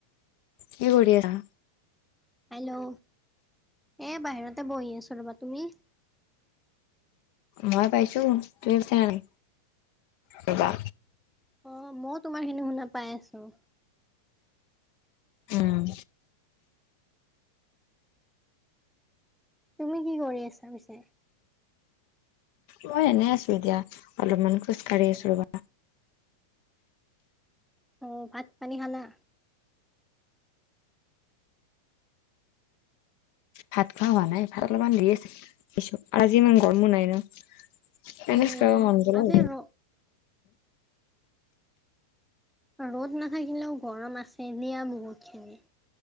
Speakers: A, on the left (about 45°); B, in the centre.
A: কি কৰি আছা
B: হেল্ল' এ বাহিৰতে বহি আছো ৰ'বা তুমি
A: মই পাইছো তুমি পাইছা নে নাই ৰবা
B: অ মই তোমাৰ খিনি শুনা পাই আছো
A: উম
B: তুমি কি কৰি আছা পিছে
A: মই এনে আছো এতিয়া অলপমান খোজ কাঢ়ি আছো ৰ'বা
B: অ ভাত পানী খালা
A: ভাত খোৱা হোৱা নাই ভাত অলপমান ডেৰি আছে কিছু আৰু আজি ইমান গৰমো নাই না <unintelligible>
B: উম
A: <unintelligible>
B: আজি ৰ ৰ'দ নাথাকিলেও গৰম আছে দিয়া বহুত খিনি